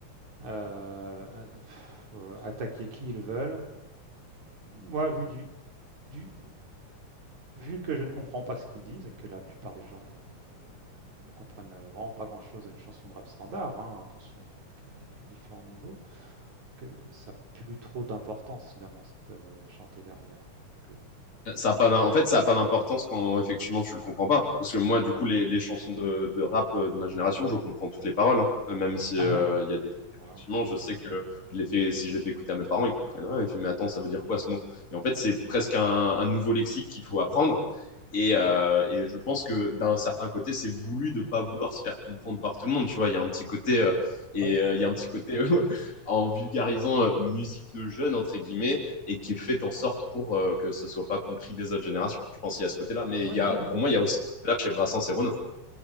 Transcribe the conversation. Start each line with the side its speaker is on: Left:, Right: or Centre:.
Right: euh, euh, attaquer qui ils veulent. Moi, vu, du, du, vu que je ne comprends pas ce qu'ils disent, et que la plupart des gens d'ailleurs euh, ne comprennent vraiment pas grand-chose à une chanson de rap standard, hein, attention, peut-être qu'il y a différents niveaux, que ça n'a plus trop d'importance finalement ce qu'ils peuvent chanter derrière. Que,
Left: Ça a pas d'im- en fait,
Right: de quoi
Left: ça n'a pas
Right: ils parlent.
Left: d'importance quand effectivement tu le comprends pas. Parce que moi, du
Right: Bah
Left: coup,
Right: oui.
Left: les, les chansons de, de rap euh, de ma génération, je comprends toutes les paroles. hein. Euh, Même si
Right: Ah
Left: euh,
Right: ouais,
Left: il y a des
Right: Ouais,
Left: effectivement, je sais
Right: D'accord.
Left: que je les fais, si je les fais écouter à mes parents, ils comprennent rien. Ils font, mais attends, ça veut dire quoi ce mot? Et en fait, c'est presque
Right: Ouais.
Left: un, un nouveau lexique qu'il faut apprendre. Et,
Right: Ouais.
Left: euh, et je pense que d'un certain côté, c'est voulu de pas vouloir se faire comprendre par tout le monde. Tu vois, il y a un petit côté euh, et
Right: Ouais, certainement.
Left: euh, il y a un petit
Right: ouais.
Left: côté <laughs> en vulgarisant euh, musique de jeunes entre guillemets et qui est faite en sorte pour euh, que ce ne soit pas compris des autres générations. Je pense qu'il y a ce côté-là, mais
Right: Oui,
Left: il y
Right: oui,
Left: a,
Right: oui,
Left: pour moi,
Right: ouais.
Left: il y a aussi là chez Brassens et Renaud.